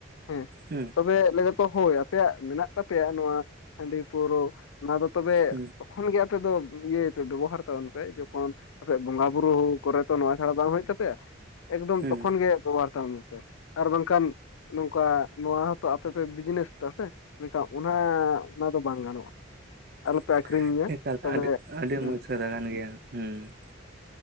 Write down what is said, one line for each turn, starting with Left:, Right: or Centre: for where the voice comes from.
Left: ᱦᱮᱸ
Right: ᱦᱩᱸ
Left: ᱛᱚᱵᱮ ᱞᱟᱹᱭ ᱫᱟᱠᱚ ᱦᱳᱭ ᱟᱯᱮᱭᱟᱜ ᱢᱮᱱᱟᱜ ᱛᱟᱯᱮᱭᱟ ᱱᱚᱣᱟ ᱦᱟᱺᱰᱤ ᱯᱟᱹᱣᱨᱟᱹᱣ ᱚᱱᱟ ᱫᱚ ᱛᱚᱵᱮ
Right: ᱦᱩᱸ
Left: ᱛᱚᱠᱷᱚᱱ ᱜᱮ ᱟᱯᱮ ᱫᱚ ᱤᱭᱟᱹ ᱯᱮ ᱵᱮᱵᱚᱦᱟᱨ ᱛᱟᱵᱚᱱ ᱯᱮ ᱡᱚᱠᱷᱚᱱ ᱟᱯᱮ ᱭᱟᱜ ᱵᱚᱸᱜᱟ ᱵᱩᱨᱩ ᱠᱚᱨᱮ ᱛᱚ ᱱᱚᱣᱟ ᱪᱷᱟᱲᱟ ᱵᱟᱝ ᱦᱩᱭᱩᱜ ᱛᱟᱯᱮᱭᱟ ᱮᱠᱫᱚᱢ
Right: ᱦᱩᱸ
Left: ᱛᱚᱠᱷᱚᱱ ᱜᱮ ᱵᱮᱵᱚᱦᱟᱨ ᱛᱟᱵᱚᱱ ᱯᱮ ᱟᱨ ᱵᱟᱝᱠᱷᱟᱱ ᱱᱚᱝᱠᱟ ᱱᱚᱣᱟ ᱦᱚᱸ ᱛᱚ ᱟᱯᱮᱯᱮ ᱵᱤᱡᱽᱱᱮᱥ ᱫᱟ ᱥᱮ ᱢᱮᱱᱠᱷᱟᱱ ᱚᱱᱟ, ᱚᱱᱟ ᱫᱚ ᱵᱟᱝ ᱜᱟᱱᱚᱜᱼᱟ ᱟᱞᱚᱯᱮ
Right: <unintelligible>
Left: ᱟᱠᱷᱨᱤᱧᱟ ᱛᱚᱵᱮ ᱦᱮᱸ